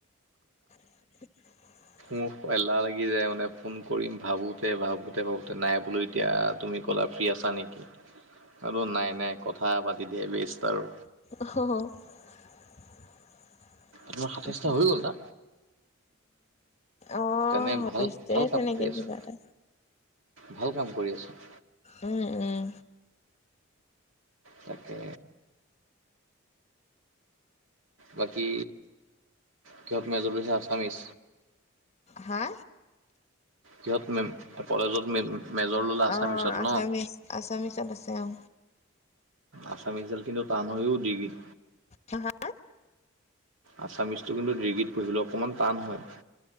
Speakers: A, on the left; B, on the right.
A: <unintelligible>
B: মোৰ এলাহ লাগি যায় মানে ফোন কৰিম ভাবোঁতে ভাবোঁতে ভাবোঁতে নাই বোলো এতিয়া তুমি ক'লা ফ্ৰী আছা নেকি? আৰু নাই নাই কথা পাতি দিয়া বেষ্ট আৰু।
A: <unintelligible>
B: তোমাৰ সাতাইছটা হৈ গ'ল না?
A: অ',
B: তেনে ভাল
A: হৈছে
B: ভাল কাম
A: তেনেকে
B: কৰি আছোঁ,
A: কিবা এটা।
B: ভাল কাম কৰি আছা।
A: উম, উম।
B: তাকে। বাকী কিহত মেজৰ লৈছা আছামিছ?
A: হা?
B: কিহঁত মে কলেজতে মেজৰ ল'লা আছামিছত
A: অ আছামিচ
B: ন'?
A: আছামিচত আছে অঁ।
B: আছামিছ ডাল কিন্তু টান হৈয় ঔ ডিগৰিট।
A: হা হা?
B: আছামিচটো কিন্তু ডিগীত পঢ়িবলে অকণমান টান হয়।